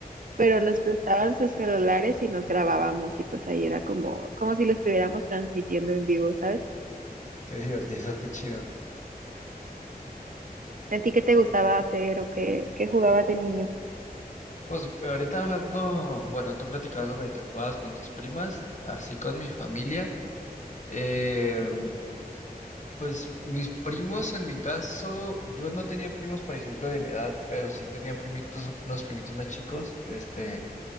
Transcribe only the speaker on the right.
pero nos prestaban sus celulares y nos grabábamos y pues ahí era como, como si lo estuviéramos transmitiendo en vivo, ¿sabes?
¿A ti qué te gustaba hacer o qué, qué jugabas de niño?